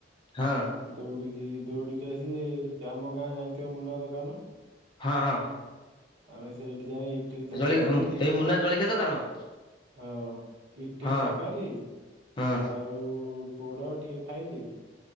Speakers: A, on the left; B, on the right.
A: ହଁ।
B: ଦୌଡିକି ଦୌଡିକି ଆସି ଆମ ଗାଁ ଜାଣିଥିବ ମୁନା ଦୋକାନ।
A: ହଁ ହଁ।
B: ଆମେ ସେଇଠି ଯାଇ ଇଟିଲି ତରକାରୀ
A: ଜଳି ଏଇ ମୁନା ଜଳଖିଆ ଦୋକାନ।
B: ହଁ ଇଟିଲ
A: ହଁ
B: ତରକାରୀ
A: ହଁ
B: ଆଉ ଆଉ ପୋଡ ଟିକେ ଖାଇଲି